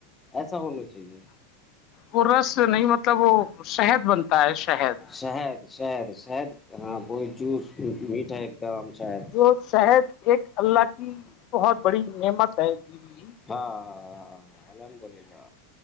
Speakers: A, on the left; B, on the left.
A: ایسا ہونا چاہیے
B: وہ رس نہیں مطلب وہ شہد بنتا ہے شہد
A: شہد شہد شہد ہاں ب جوس میٹھا ہے ایک دم شہد
B: تو شہد ایک اللہ کی بہت بڑی نعمت ہے دی ہوئی
A: ہاں ہاں ہاں الحمد للہ